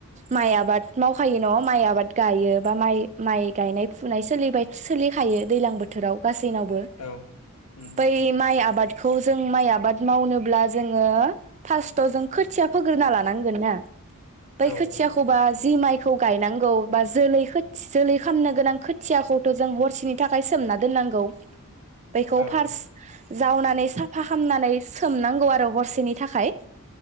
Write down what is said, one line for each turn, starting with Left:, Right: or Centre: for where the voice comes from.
Right: माइ आबाद मावखायो नआव माइ आबाद गायो बा माइ माइ गायनाय फुनाय सोलिबाय सोलिखायो दैज्लां बोथोराव गासैनावबो
Left: औ उम
Right: बै माइ आबाद खौ जों माइ आबाद मावनोब्ला जोङो फार्स्थाव जों खोथिया फोग्रोना लानांगोन ना। बै
Left: औ
Right: खोथियाखौबा
Left: औ
Right: जि माइ खौ गायनांगौ बा जोलै खोथ जोलै खालामनो गोनां खोथियाखौथ जों हरसेनि थाखाय सोमना दोननांगौ बेखौ
Left: औ
Right: फार्स्ट जावनानै साफा खालामामनानै सोमनांगौ आरो हरसेनि थाखाय।